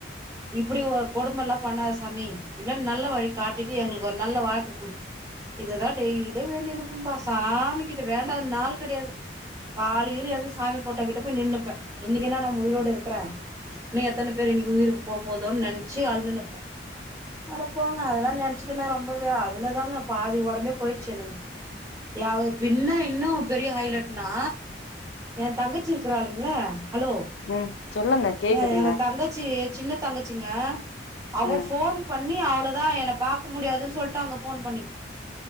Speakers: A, on the right (about 20°); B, on the left (about 75°).
A: இப்பிடி ஒ கொடும்மல்லா பண்ணாத சாமி இல்ல நல்ல வழி காட்டிட்டு எங்ளுக்கு ஒரு நல்ல வாழ்க்க குடு இததா டெய்லி வேண்டினுப்பம்பா சாமி கிட்ட வேண்டாத நாள் கெடயாது காலைல எழுந்து சாமி ஃபோட்டோ கிட்ட போய் நின்னுப்பே இன்னக்கி என்னா ந னு உயிரோட இருக்குறே இன்னு எத்தன பேரு இன்னக்கி உயிரு போ போதோன் நென்ச்சு அழ்துனுப்பே அடப்போங்க அதுல்லா நென்ச்சுகினா ரொம்பவே அதுலதாங்க பாதி ஒடம்பே போயிர்ச்சு எனக்கு ஏ அவுங்க பின்ன இன்னு பெரிய ஹைலட்னா எந்தங்கச்சி இருக்குறாளுங்ள ஹலோ
B: ம் சொல்லுங்க கேக்குதுங்க
A: ஏ எங்க தங்கச்சி சின்ன தங்கச்சிங்க அவ
B: ம்
A: ஃபோன் பண் பண்ணி அவ்ளோதா என்ன பாக்க முடியாதுன்னு சொல்ட்டாங்க ஃபோன் பண்ணி